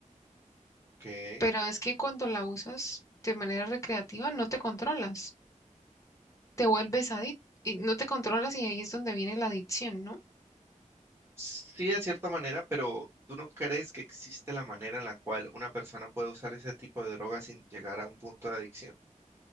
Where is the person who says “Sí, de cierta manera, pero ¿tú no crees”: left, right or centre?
Right